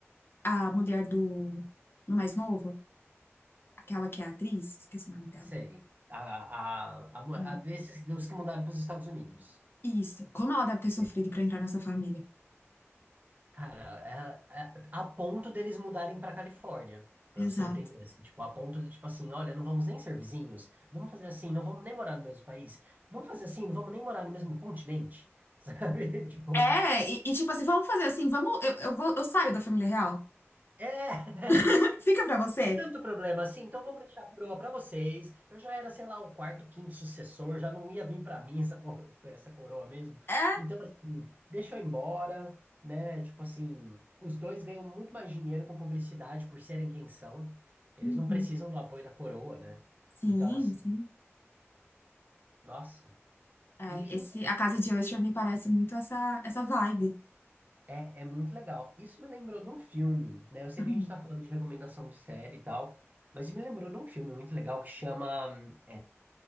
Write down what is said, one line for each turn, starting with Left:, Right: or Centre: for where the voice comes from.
Left: a mulher do, do mais novo, aquela que é atriz, esqueci o nome dela.
Right: Sei. A, a, a, mu-
Left: Ah,
Right: a desses, dos que mudaram para os Estados Unidos.
Left: Isso. Como ela deve ter sofrido
Right: É,
Left: pra entrar nessa família.
Right: Cara, é, é- a ponto deles mudarem para Califórnia, para
Left: Exato.
Right: você entender, assim, tipo, a ponto de, tipo assim, olha, não vamos nem ser vizinhos, vamos fazer assim, não vamos nem morar no mesmo país, vamos fazer assim, não vamos nem morar no mesmo continente, <laughs> sabe? Tipo,
Left: É, e, e tipo assim, vamos fazer assim, vamos. Eu, eu vou, eu saio da família real.
Right: é!
Left: <laughs> Fica pra você.
Right: É tanto problema assim, então vamos deixar a coroa para vocês. Eu já era, sei lá, o quarto, quinto sucessor, já não ia vir para mim essa, cor- <laughs> essa coroa mesmo.
Left: É.
Right: Então, assim, deixa eu ir embora, né? Tipo assim, os dois ganham muito mais dinheiro com publicidade por serem quem são. Eles
Left: Uhum.
Right: não precisam do apoio da coroa, né?
Left: Sim,
Right: Então, assim,
Left: sim.
Right: nossa.
Left: É,
Right: E
Left: esse, a casa de Usher me parece muito essa, essa vibe.
Right: é, é muito legal. Isso me lembrou de um filme, né? Eu sei
Left: Uhum.
Right: que a gente tá falando de recomendação de série e tal, mas me lembrou de um filme muito legal que chama hum,